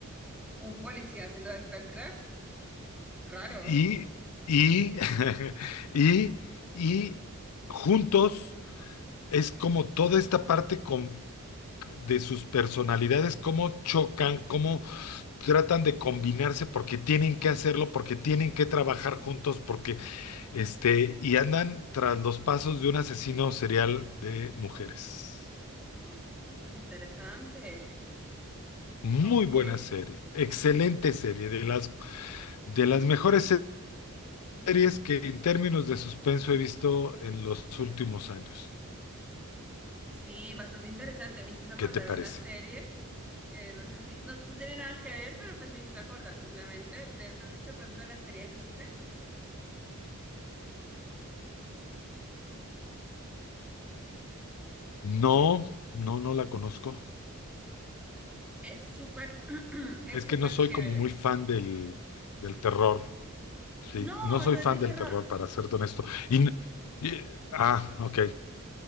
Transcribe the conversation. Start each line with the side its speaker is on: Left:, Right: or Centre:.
Centre: Un policía haciendo de actual crack. Raro.
Left: Y,
Centre: <gasps>
Left: y, <laughs> y, y juntos es como toda esta parte con- de sus personalidades, cómo chocan, cómo tratan de combinarse porque tienen que hacerlo, porque tienen que trabajar juntos, porque este, y andan tras los pasos de un asesino serial de mujeres.
Centre: ¡Ah! interesante.
Left: Muy
Centre: Ok,
Left: buena serie, excelente serie, de las, de las mejores series que en términos de suspenso he visto en los últimos años.
Centre: Sí, bastante interesante. Me hiciste acordar
Left: ¿Qué te parece?
Centre: a una serie que no sé si, no, no tiene nada que ver, pero pues me hiciste acordar simplemente de, ¿te has visto de pronto la serie de Lucifer?
Left: No, no, no la conozco.
Centre: Es súper, <clears throat> es
Left: Es
Centre: súper
Left: que no soy
Centre: chévere.
Left: como muy fan del, del terror. Sí,
Centre: No,
Left: no soy
Centre: no
Left: fan
Centre: es de terror.
Left: del terror, para serte honesto. Y, n- y- ah, ok.